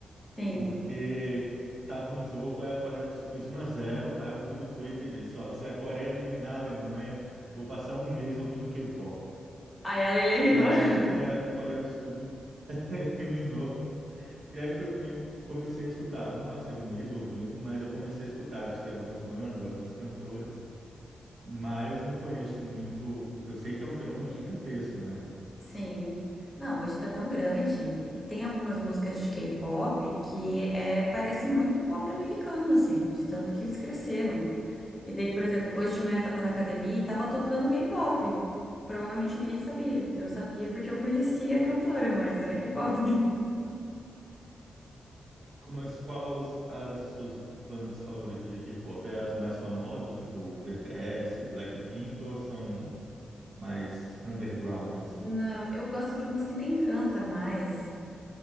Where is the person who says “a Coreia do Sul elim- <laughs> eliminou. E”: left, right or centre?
Right